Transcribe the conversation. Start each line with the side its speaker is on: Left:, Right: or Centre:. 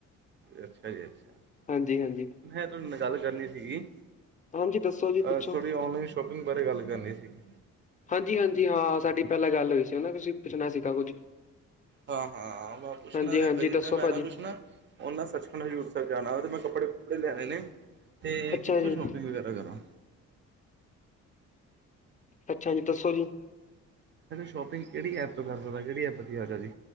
Right: ਅੱਛਾ ਜੀ, ਅੱਛਾ
Left: ਹਾਂਜੀ ਹਾਂਜੀ
Right: ਮੈਂ ਤੁਹਾਡੇ ਨਾਲ ਗੱਲ ਕਰਨੀ ਸੀਗੀ।
Left: ਹਾਂਜੀ ਦੱਸੋ ਜੀ
Right: ਅ,
Left: ਪੁੱਛੋ
Right: ਥੋੜੀ ਔਨਲਾਈਨ ਸ਼ੋਪਿੰਗ ਬਾਰੇ ਗੱਲ ਕਰਨੀ ਸੀਗੀ।
Left: ਹਾਂਜੀ, ਹਾਂਜੀ ਹਾਂ ਸਾਡੀ ਪਹਿਲਾਂ ਗੱਲ ਹੋਈ ਸੀ। ਤੁਸੀਂ ਪੁੱਛਣਾ ਸੀਗਾ ਕੁੱਝ
Right: ਹਾਂ, ਹਾਂ ਮੈਂ ਪੁੱਛਣਾ
Left: ਹਾਂਜੀ ਹਾਂਜੀ
Right: ਸੀ, ਨਾ
Left: ਦੱਸੋ
Right: ਮੈਂ
Left: ਭਾਜੀ
Right: ਨਾ ਪੁੱਛਣਾ ਉਹਨਾਂ ' ਸੱਚਖੰਡ ਹਜ਼ੂਰ ਸਾਹਿਬ 'ਜਾਣਾ ਤੇ, ਮੈਂ ਕੱਪੜੇ-ਕੁੱਪੜੇ ਲੈਣੇ ਨੇ। ਤੇ
Left: ਅੱਛਾ
Right: ਕਿੱਥੋਂ
Left: ਜੀ
Right: ਸ਼ੋਪਿੰਗ ਵਗੈਰਾ ਕਰਾਂ।
Left: ਅੱਛਾ ਜੀ ਦੱਸੋ ਜੀ।
Right: ਸ਼ੋਪਿੰਗ ਕਿਹੜੀ ਐਪ ਤੋਂ, ਕਰ ਸਕਦਾ ਕਿਹੜੀ ਐਪ ਦੀ ਵਧਿਆ ਜੀ।